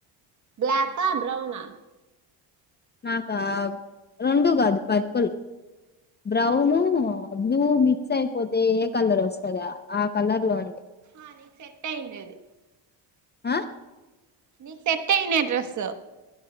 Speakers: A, on the right; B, on the left.
A: బ్లాక్ ఆ బ్రౌన్ ఆ
B: నాకా రెండు కాదు పర్ప్ ల్ బ్రౌను బ్లూ మిక్స్ అయిపోతే ఏ కలర్ వస్తదా ఆ కలర్ లో ఉంది
A: ఆ నీక్ సెట్ అయిందది
B: ఆ
A: నీకు సెట్ అయింది డ్రస్